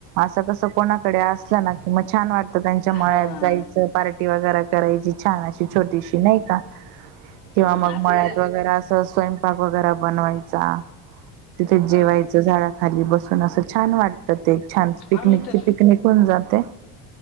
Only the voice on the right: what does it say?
असं कसं कोणाकडे असलं ना मग छान वाटत त्यांच्या
मळ्यात जायच पार्टी वगैर करायची छान अशी छोटीशी नाही का
किंवा मग
मळ्यात वगैरे असं स्वयंपाक वगैरे बनवायचा तिथे जेवायच
झाड खाली बसून अस छान वाटत एक <unintelligible> छान पिकनिकची
पिकनिक होन जाते